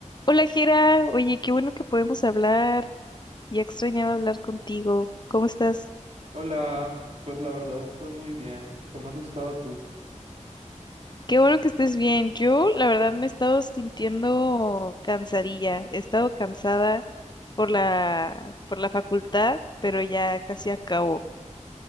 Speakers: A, on the left; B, on the right.
A: Hola, Jera. Oye, qué bueno que podemos hablar. Ya extrañaba hablar contigo. ¿Cómo estás?
B: Hola, pues la verdad estoy muy bien. ¿Cómo has estado tú?
A: Qué bueno que estés bien. Yo, la verdad, me he estado sintiendo cansadilla. He estado cansada por la, por la facultad, pero ya casi acabo.